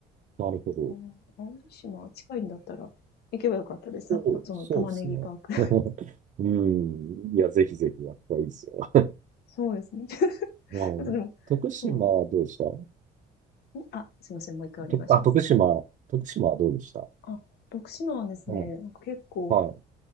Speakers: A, on the right; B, on the left.
A: なるほど。
B: あの、青島近いんだったら行けばよかったです。さたその玉ねぎパーク。
A: そう、そうですね。
B: <laughs>
A: <laughs> うん。いや、ぜひぜひ、やっぱいいですよ。
B: そうですね。<laughs> ちょ
A: うん、
B: っとでも、
A: 徳島はどうでした
B: そうですね。あ、すいません。もう一回お願いします。
A: と、あ、徳島、徳島はどうでした
B: あ、徳島はですね、
A: は
B: なんか結構、
A: い。はい。